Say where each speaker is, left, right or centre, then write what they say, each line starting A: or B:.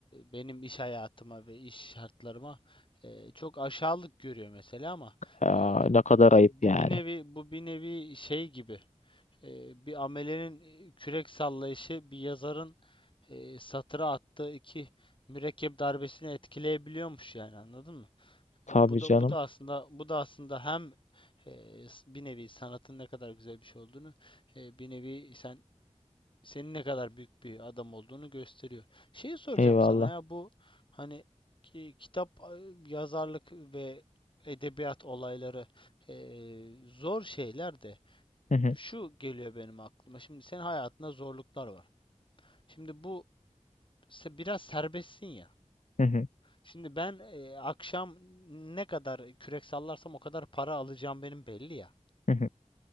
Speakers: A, on the left; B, on the left.
A: benim iş hayatıma ve iş şartlarıma e, çok aşağılık görüyor mesela ama
B: Aa,
A: e,
B: ne kadar ayıp
A: bu
B: yani.
A: bir nevi bu bir nevi şey gibi e, bir amelenin e, kürek sallayışı bir yazarın e, satıra attığı iki mürekkep darbesini etkileyebiliyormuş yani anladın mı?
B: Tabii
A: E, Bu da
B: canım.
A: bu da aslında bu da aslında hem e, s- bir nevi sanatın ne kadar güzel bir şey olduğunu e, bir nevi sen senin ne kadar büyük bir adam olduğunu gösteriyor. Şeyi soracağım
B: Eyvallah.
A: sana ya bu hani ki- kitap e, yazarlık ve edebiyat olayları e, zor şeyler de
B: Hı hı,
A: şu geliyor benim aklıma. Şimdi senin hayatında zorluklar var. Şimdi bu se- biraz serbestsin ya.
B: hı hı,
A: Şimdi ben e, akşam ne kadar kürek sallarsam o kadar para alacağım benim belli ya.
B: hı hı,